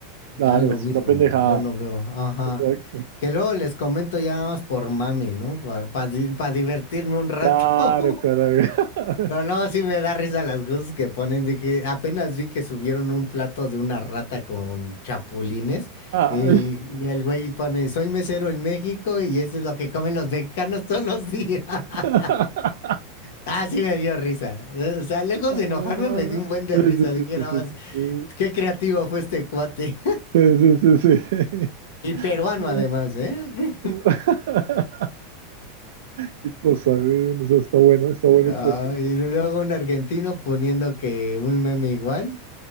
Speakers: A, on the left; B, on the right.
A: Ya
B: Claro,
A: lo
B: es
A: mismo,
B: una pendejada.
A: yo no veo. Ajá.
B: Exacto.
A: Que luego les comento ya nada más por mami, ¿no? Para divertirme un rato.
B: Claro,
A: <laughs>
B: carajo. <laughs>
A: Pero no, sí me da risa las cosas que ponen. Dije, apenas vi que subieron un plato de una rata con chapulines
B: Ay.
A: y, y el güey pone, soy mesero en México y eso es lo que comen los mexicanos todos los días. <laughs>
B: <laughs>
A: Ah, sí me dio risa. Eh, O sea, lejos
B: Ah,
A: de enojarme me dio un buen de
B: Sí,
A: risa.
B: sí,
A: Dije,
B: sí,
A: no,
B: sí,
A: es-
B: sí,
A: qué creativo fue este cuate.
B: sí, sí, sí, sí, sí.
A: <laughs> Y
B: <laughs>
A: peruano
B: Ah,
A: además, ¿eh? <laughs>
B: <laughs> Qué cosa, güey. O sea, está bueno, está bueno
A: Ah,
B: el cuento.
A: y luego un argentino poniendo que un meme igual.